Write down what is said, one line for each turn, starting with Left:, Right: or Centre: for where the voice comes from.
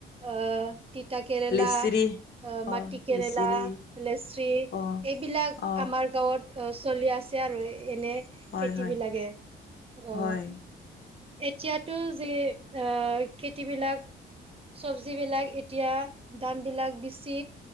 Right: অ' তিতা কেৰেলা।
Left: লেচিৰি
Right: অহ মাটি
Left: অ
Right: কেৰেলা,
Left: লিচিৰি
Right: লেচৰি
Left: অ
Right: এইবিলাক
Left: অ
Right: আমাৰ গাঁৱত অ', চলি আছে আৰু এনে
Left: হয়
Right: খেতিবিলাকে
Left: হয়
Right: অ'।
Left: হয়
Right: এতিয়াতো যে অ' খেতিবিলাক চবজিবিলাক এতিয়া দামবিলাক বেছি